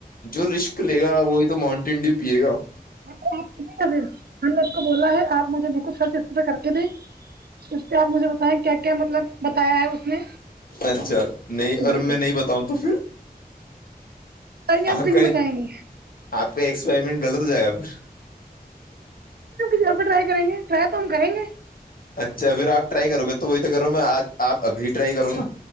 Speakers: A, on the left; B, on the right.
A: جو رسک لے گا وہی تو ماؤنٹین ڈیو پیے گا
B: ہاں تو آپھر ہم نے اس کو بولا ہے آپ مجھے بالکل خرچ اسح کر کے دیں اس پہ آپ مجھے بتائیں کیا کیا مطلب بتایا ہے اس نے
A: اچھا نہیں اور
B: بالکل
A: میں نہیں بتاؤں تو پھر
B: بتائیں گے
A: آپ
B: کیوں
A: کا
B: نہیں بتائیں گے
A: آپ کا ایکسپرمنٹ غلط ہو جائے گا پھر
B: ج پہ ٹرائی کریں گے ٹرائی تو ہم کریں گے
A: اچھا پھر آپ ٹرائی کرو گے تو وہی تو کرو میں آج آپ ابھی ٹرائی کروں نا